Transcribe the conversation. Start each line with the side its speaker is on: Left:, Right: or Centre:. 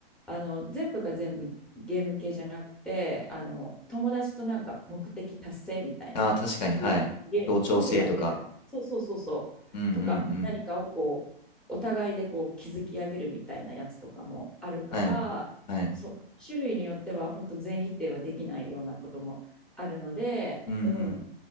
Centre: あの、全部が全部ゲーム系じゃなくて、あの、友達となんか目的達成みたいな、
Left: ああ、確かに、
Centre: そういうゲームとかもやってたり、
Left: はい。協調性とか。
Centre: そうそうそうそう、
Left: うんうんう
Centre: とか何かをこう、
Left: ん。
Centre: お互いでこう築き上げるみたいなやつとかもあるから、
Left: はい。はい。
Centre: そう、種類によっては本当全否定はできないようなこともあるので、
Left: うんうん
Centre: うん、